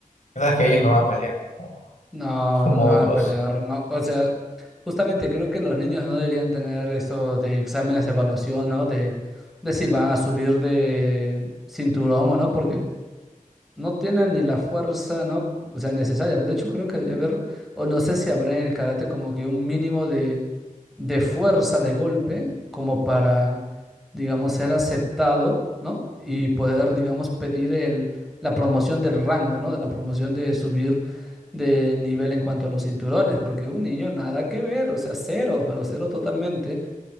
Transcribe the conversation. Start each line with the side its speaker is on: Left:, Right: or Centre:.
Left: Sabes que ellos no van a pelear como,
Centre: No,
Left: como
Centre: no me van
Left: otros.
Centre: a pelear, no. O sea, justamente creo que los niños no deberían tener eso de exámenes de evaluación, ¿no? De, de si van a subir de cinturón o no, porque no tienen ni la fuerza, ¿no? O sea, necesaria. De hecho, creo que debería haber, o no sé si habrá en el karate como que un mínimo de, de fuerza de golpe, como para, digamos, ser aceptado, ¿no? Y poder, digamos, pedir el, la promoción del rango, ¿no? De la promoción de subir de nivel en cuanto a los cinturones, porque un niño nada que ver, o sea, cero, pero cero totalmente.